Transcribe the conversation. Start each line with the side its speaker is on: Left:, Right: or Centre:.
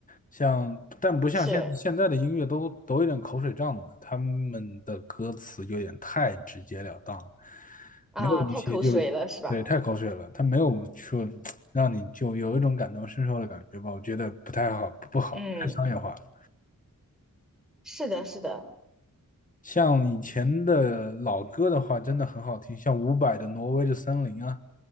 Left: 像但不像现现在的音乐都都有点口水仗了，
Centre: 是
Left: 他们的歌词有点太直截了当了，
Centre: 啊，
Left: 没有一些就
Centre: 太口水了是吧？
Left: 对太口水了，他没有说让你就有一种感同身受的感觉吧，我觉得不太好，不好，
Centre: 嗯，
Left: 太商业化了。
Centre: 是的，是的。
Left: 像以前的老歌的话，真的很好听，像伍佰的《挪威的森林》啊。